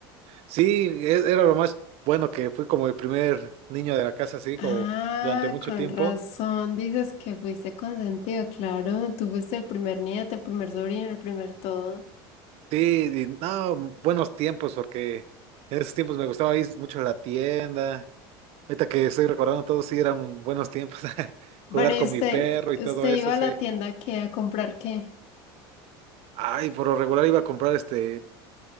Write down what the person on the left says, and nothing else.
Ah,
con
razón dices que fuiste consentido, claro. Tú fuiste el primer nieto, el primer sobrino, el primer todo.
Bueno, ¿y
usted,
usted
iba
a la tienda qué, a comprar qué?